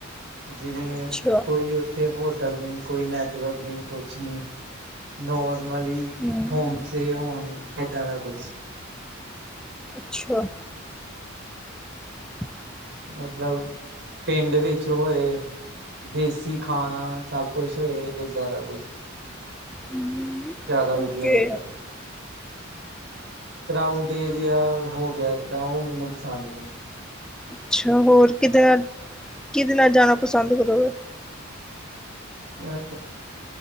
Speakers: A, on the right; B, in the centre.
A: ਜਿਵੇਂ
B: ਅੱਛਾ
A: ਕੋਈ ਔ ਥੇ ਹੋਟਲ ਨੀ, ਕੋਈ ਨੈਟਵਰਕ ਨੀ, ਕੁੱਛ ਨੀ। ਨੋਰਮਲੀ
B: ਹਮ
A: ਹੋਮ ਸਏ ਹੋਣ, ਏਦਾਂ ਦਾ ਕੁੱਛ।
B: ਅੱਛਾ। ' <inaudible>
A: ਮਤਲਵ, ਪਿੰਡ ਵਿੱਚ ਹੋਏ। ਦੇਸੀ ਖਾਣਾ ਸਭ ਕੁਛ ਹੋਏ, ਇੱਦਾਂ ਦਾ ਕੁਛ।
B: ਹਮ
A: ਜਾਦਾ ਵਧੀਆ
B: ਓਕੇ
A: ਲੱਗਦੈ। ਕਰਾਊਡ ਏਰੀਆ ਹੋ ਗਿਆ ਜਿੱਦਾਂ, ਔ ਮੈਂਨੂੰ ਪਸੰਦ ਨੀ।
B: ਅੱਛਾ। ਹੋਰ ਕਿਦੇ ਨਾਲ, ਕਿਦੇ ਨਾਲ ਜਾਣਾ ਪਸੰਦ ਕਰੋਗੇ?
A: ' <inaudible>